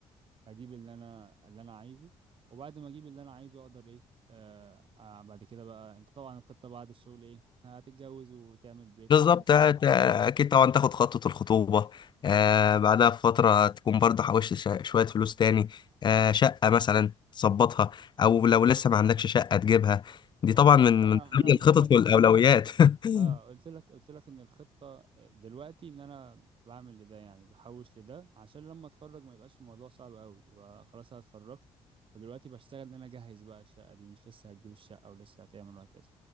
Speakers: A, on the right; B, on the left.
A: اجيب اللي انا اللي انا عايزه وبعد ما اجيب اللي انا عايزه اقدر ايه آه آه بعد كده بقى انت طبعا الخطة بعد الشغل ايه هتتجوز وتعمل بيت
B: بالظبط
A: وتعمل
B: آه، ت- أكيد طبعا تاخد خطوة الخطوبة آه بعدها بفترة تكون برضه حوشت ش- شوية فلوس تاني آه شقة مثلا تظبطها أو لو لسه ما عندكش شقة تجيبها دي
A: هو
B: طبعا من
A: ما انا
B: من
A: انا
B: ضمن
A: قلت
B: الخطط
A: لك
B: والأولويات <laughs>
A: اه قلت لك قلت لك ان الخطة دلوقتي ان انا بعمل لده يعني بحوش لده عشان لما اتخرج ما يبقاش الموضوع صعب قوي يبقى خلاص انا اتخرجت ودلوقتي بشتغل ان انا اجهز بقى الشقة دي مش لسه هتجيب الشقة ولسه هتعمل وهكذا